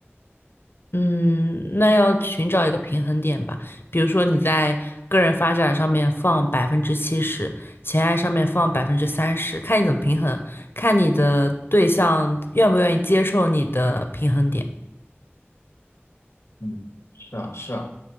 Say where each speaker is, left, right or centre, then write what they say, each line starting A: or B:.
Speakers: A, on the left (about 55°); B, on the left (about 85°).
A: 嗯，那要寻找一个平衡点吧。比如说你在个人发展上面放百分之七十，情爱上面放百分之三十，看你怎么平衡，看你的对象愿不愿意接受你的平衡点，
B: 嗯，是啊，是啊，